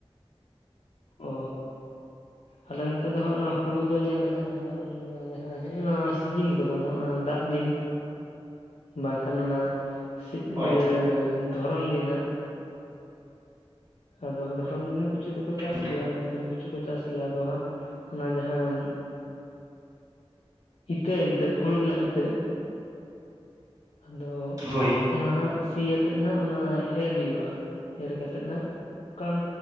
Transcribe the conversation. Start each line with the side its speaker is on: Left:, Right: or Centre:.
Left: ᱚ ᱟᱞᱮ ᱱᱚᱛᱮ ᱫᱚ ᱦᱟᱸᱜ ᱱᱚᱣᱟ ᱦᱩᱲᱩ ᱫᱚ ᱧᱮᱞ ᱞᱮᱠᱷᱟᱱ ᱦᱟᱸᱜ ᱱᱚᱣᱟ ᱡᱟᱦᱟᱸ ᱦᱮᱜ-ᱮ ᱱᱟ ᱥᱤᱡᱤᱱ ᱠᱚᱫᱚ ᱚᱱᱟ ᱫᱟᱜ ᱫᱤᱱ ᱵᱟᱝᱠᱷᱟᱱ ᱢᱟ ᱥᱤᱭᱟᱹ
Right: ᱦᱳᱭ
Left: ᱫᱷᱚᱨᱚᱱ ᱫᱤᱱ ᱦᱟᱸᱜ ᱟᱫᱚ ᱫᱷᱚᱨᱚᱱ ᱫᱤᱱ ᱦᱚᱸ ᱠᱤᱪᱷᱩ ᱫᱚᱠᱚ ᱪᱟᱥ
Right: ᱦᱳᱭ
Left: ᱜᱮᱭᱟ ᱱᱚᱱᱛᱮ ᱦᱚᱸ ᱠᱤᱪᱷᱩ ᱠᱚ ᱪᱟᱥ ᱤᱭᱟᱹ ᱟᱫᱚ ᱦᱟᱜ, ᱚᱱᱟ ᱡᱟᱦᱟᱸ ᱤᱛᱟᱹ ᱮᱱᱛᱮᱫ ᱦᱩᱲᱩ ᱨᱮᱱᱟᱜ ᱤᱛᱟᱹ ᱟᱫᱚ
Right: ᱦᱳᱭ
Left: ᱚᱱᱟ ᱦᱟᱸᱜ ᱥᱤᱭᱟᱛᱮᱫ ᱦᱟᱸᱜ ᱚᱱᱟ ᱮᱨ ᱦᱩᱭᱩᱜᱼᱟ, ᱮᱨ ᱠᱟᱛᱮᱱ ᱦᱟᱸᱜ ᱠᱟᱢ